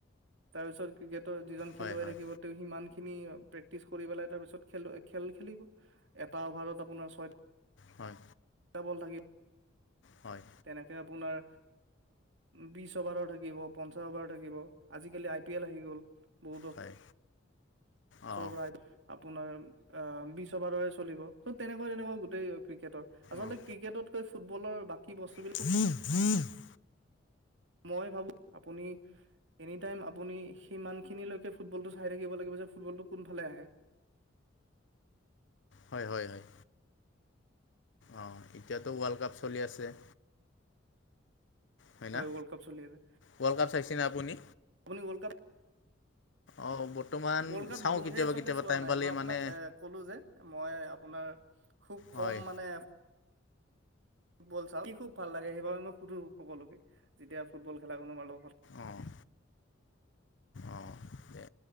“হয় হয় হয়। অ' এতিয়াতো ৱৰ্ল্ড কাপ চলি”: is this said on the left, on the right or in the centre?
Left